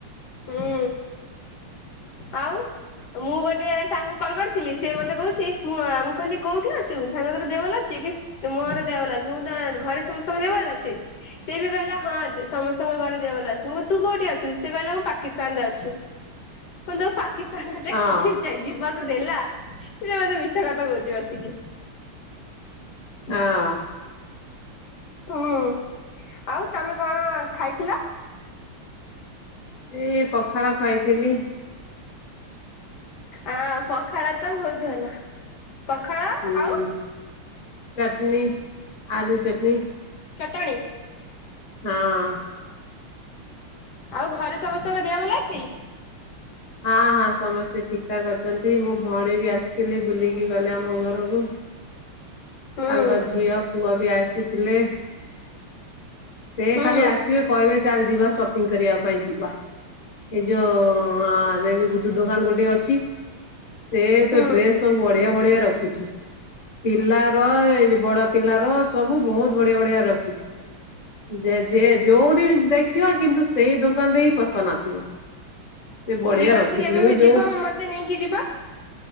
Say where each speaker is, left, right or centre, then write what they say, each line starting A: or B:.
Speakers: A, on the left; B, on the left.
A: ହୁଁ ଆଉ। ମୁଁ ଗୋଟେ ସାଙ୍ଗକୁ କଲ କରିଥିଲି, ସେଏ ମତେ କହୁଛି, ମୁଁ ମୁଁ କହିଲି କୋଉଠି ଅଛୁ ସାଙ୍ଗ ତୋର ଦେହ ଭଲ ଆଛି? ସି ମୋର ଦେହଭଲ ଅଛି, ମୁଁ ତ ଘରେ ସମସ୍ତଙ୍କ ଦେହଭଲ ଅଛି? ସେ ବି କହିଲା ହଁ ସମସ୍ତଙ୍କ ଘରେ ଦେହ ଭଲ ଅଛି, ମୁଁ କହିଲି ତୁ କୋଉଠି ଅଛୁ? ସେ କହିଲା ମୁଁ ପାକିସ୍ତାନ ରେ ଅଛି ମୁଁ କହିଲି ତୁ ପା କିସ୍ତାନ ତତେ
B: ହଁ
A: କିଏ ଯେ ଯିବାକୁ ଦେଲା ସେ ମତେ ମିଛ କଥା କହୁଛି ବସିକି।
B: ଆ ଅଁ
A: ହୁଁ, ଆଉ ତମେ କଣ ଖାଇଥିଲ?
B: ଏ ପଖାଳ ଖାଇଥିଲି।
A: ଆଁ ପଖାଳ ତ ବହୁତ ଭଲ। ପଖାଳ
B: ହୁଁ
A: ଆଉ
B: ଚଟନି ଆଲୁ ଚଟନି।
A: ଚଟଣି?
B: ହଁ ।
A: ଆଉ ଘରେ ସମସ୍ତଙ୍କ ଦେହ ଭଲ ଅଛି?
B: ହଁ ହଁ ସମସ୍ତେ ଠିକ ଠାକ୍ ଅଛନ୍ତି। ମୋ ଭଉଣୀ ବି ଆସିଥିଲେ ବୁଲିକି ଗଲେ ଆମ ଘରକୁ।
A: ହୁଁ।
B: ତାଙ୍କ ଝିଅ ପୁଅ ବି ଆସିଥିଲେ। ସେ
A: ହୁଁ
B: ଖାଲି ଆସିବେ, କହିବେ ଚାଲ ଯିବା ସପିଂ କରିବା ପାଇଁ ଯିବା। ଏଇ ଯୋଉ ହଁ ସେ ଯଉ ଗୁଡ଼ୁ ଦୋକାନ ଗୋଟିଏ ଅଛି, ସେ ତ
A: ହୁଁ
B: ଡ୍ରେସ ସବୁ ବଢିଆ ବଢିଆ ରଖୁ ଖୁଚି। ପିଲାର ଏଇ ଯୋ ବଡ ପିଲାର ସବୁ ବହୁତ ବଢିଆ ବଢିଆ ରଖିଛି। ଯେ ଯେ ଯୋଉଠି ବି ଦେଖିବ, କିନ୍ତୁ ସେଇ ଦୋକାନରେ ହିଁ ପସନ୍ ଆସିବ। ସେ ବଢିଆ
A: ଠିକ୍
B: ରଖୁଛି
A: ଅଛି ଯେବେ
B: ମୁଁ
A: ବି
B: ଯୋଉ
A: ଯିବା ମତେ ନେଇକି ଯିବା।